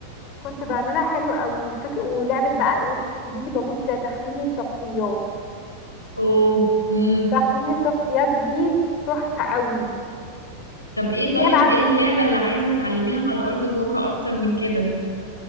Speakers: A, on the left; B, on the left.
A: كنت بعملها حلوة قوي وفكر ولعبة بقى ايه دي اللي بموت فيها تخمين الشخصيات
B: اوه امم
A: تخمين الشخصيات دي تحفة قوي
B: طب ايه طيب
A: في ألعاب
B: ايه اللعبة اللي عايزة تعلميها على أرض الواقع أكتر من كده